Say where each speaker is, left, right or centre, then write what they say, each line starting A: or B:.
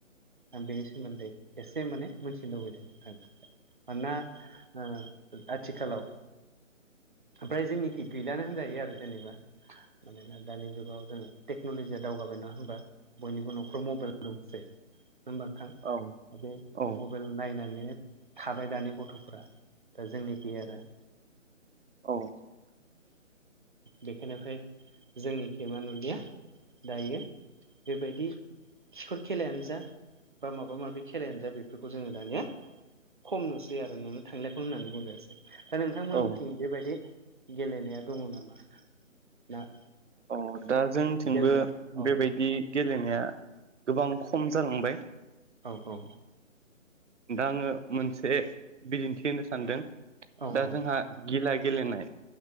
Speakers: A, on the right; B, on the right.
A: आं बेनि सोमोन्दै एसे माने मोनथिनो लुबैदों नोंथांनिफ्राय मानोना ओ आथिखालाव ओमफ्राय जोंनिखि गैलानो होनजायो आरो जेनेबा मानोना दानि जुगाव जोङो टेक्न'लजिया दावगाबाय नङा होनबा बयनिबो न'खराव मबाइल दंसै होबा नोंथां
B: औ
A: बे म
B: औ
A: मबाइल नायनानै थाबाय दानि गथ'फोरा दा जोंनिखै आरो
B: औ
A: बेखायनिफ्राय जोंनिखे मा नुलिया दायो बेबायदि खिखर खेलायानो जा बा माबा माबि खेलायानो जा बेफोरखौ जोङो दानिया खम नुसै आरो नुनो थांलियाखौनो होननानै बुंजासै दा नोंथांमोनथिं
B: औ
A: बेबायदि गेलेनाया दङ नामा ना
B: औ दा जोंथिंबो
A: गेलेनो औ
B: बेबायदि गेलेनाया गोबां खम जालांबाय।
A: औ औ
B: दा आङो मोनसे बिदिन्थि होनो सानदों
A: औ
B: दा
A: औ
B: जोंहा
A: नोंथां
B: गिला गेलेनाय